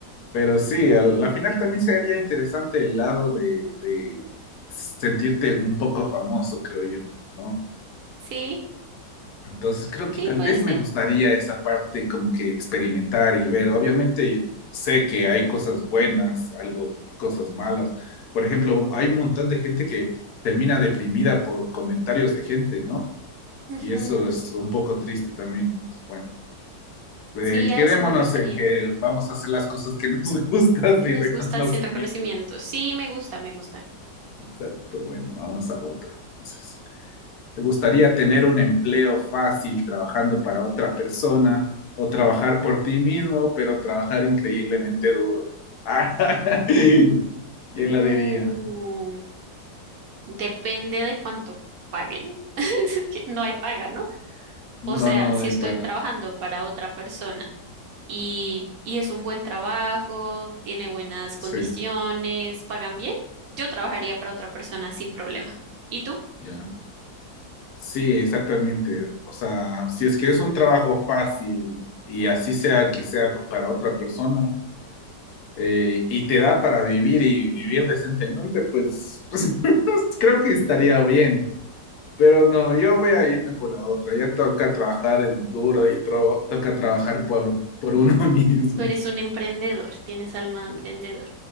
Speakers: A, on the left; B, on the right.
A: pero sí, al, la final también sería interesante el lado de, de sentirte un poco famoso, creo yo, ¿no?
B: Sí,
A: Entonces creo que
B: sí,
A: tal
B: puede
A: vez
B: ser.
A: me gustaría esa parte como que experimentar y ver. Obviamente sé que hay cosas buenas, algo, cosas malas. Por ejemplo, hay un montón de gente que termina deprimida por comentarios de gente, ¿no?
B: Ujú,
A: Y eso es un poco triste también. Pues, Bueno, eh,
B: Sí, a
A: quedémonos
B: eso me refería.
A: en que vamos a hacer las cosas que nos <laughs> gustan
B: ¿Qué
A: y
B: nos
A: reconocimiento.
B: gusta sin reconocimiento. Sí, me gusta, me gusta.
A: Exacto. Bueno, vamos a otro. Entonces, ¿te gustaría tener un empleo fácil trabajando para otra persona o trabajar por ti mismo, pero trabajar increíblemente duro? <laughs> ¿Quién lo
B: Uh.
A: diría?
B: Depende de cuánto paguen. <laughs> Es que No hay paga, ¿no? O
A: No,
B: sea,
A: no,
B: si
A: de
B: estoy
A: pa-
B: trabajando para otra persona y, y es un buen trabajo, tiene buenas
A: Sí,
B: condiciones, pagan bien, yo trabajaría para otra persona sin problema. ¿Y tú?
A: ya. Sí, exactamente. O sea, si es que es un trabajo fácil y así sea que sea para otra persona eh, y te da para vivir y vivir decentemente, pues, <laughs> pues, creo que estaría bien. Pero no, yo voy a irme por la otra. Ya toca trabajar en duro y tro- toca trabajar por, por uno <laughs> mismo.
B: Tú eres un emprendedor, tienes alma de
A: Pues,
B: emprendedor.